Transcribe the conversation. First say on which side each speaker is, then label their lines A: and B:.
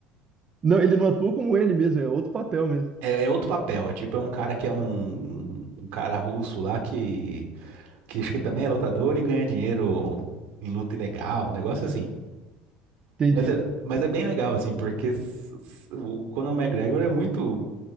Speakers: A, on the right; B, on the right.
A: Não, ele não atua como ele mesmo, é outro papel mesmo.
B: É, é outro papel, é tipo, é um cara que é um, um cara russo lá que, que acho que também é lutador e ganha dinheiro em luta ilegal, um negócio assim.
A: Entendi.
B: Mas é, mas é bem legal, assim, porque s- s- o Conor McGregor é muito,